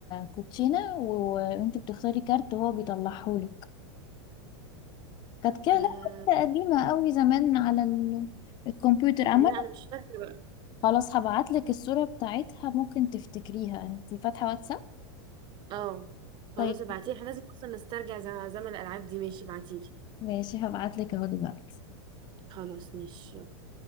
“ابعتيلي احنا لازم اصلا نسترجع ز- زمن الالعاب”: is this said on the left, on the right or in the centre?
Right